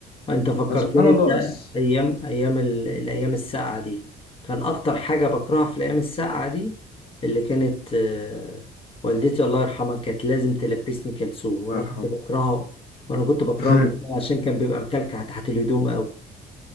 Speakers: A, on the left; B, on the left.
A: انت فكرتني
B: فسبحان
A: انت
B: الله بس
A: ايام ايام ال- الايام الساقعه دي كان اكتر حاجه بكرهها في الايام الساقعه دي اللي كانت آه، والدتي الله يرحمها كانت لازم تلبسني كلسون
B: الله
A: وانا
B: يرحمه
A: كنت بكرهه وانا كنت بكرهه
B: <laughs>
A: جداً عشان كان بيبقى مكلكع تحت الهدوم قوي